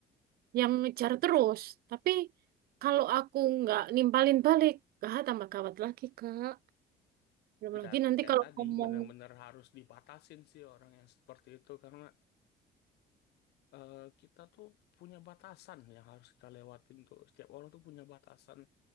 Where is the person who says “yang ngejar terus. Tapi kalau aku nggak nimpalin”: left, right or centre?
Right